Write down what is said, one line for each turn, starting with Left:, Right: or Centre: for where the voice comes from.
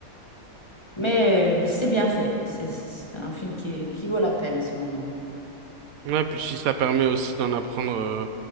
Left: Mais euh, c'est bien fait. C'est c'est un film qui, qui vaut la peine, selon moi.
Right: Ouais, puis si ça permet aussi d'en apprendre euh,